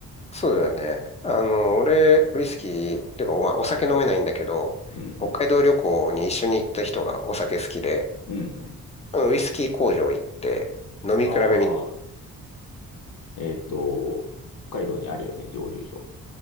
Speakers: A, on the left; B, on the left.
A: そうだよね。あの、俺、ウイスキー、っていうか、まあ、お酒飲めないんだけど、
B: うん
A: 北海道旅行に一緒に行った人がお酒好きで、
B: うん。うん
A: あの、ウイスキー工場行って、飲み比べみたい
B: うん。ああ、えっと、北海道にあるよね、蒸留所。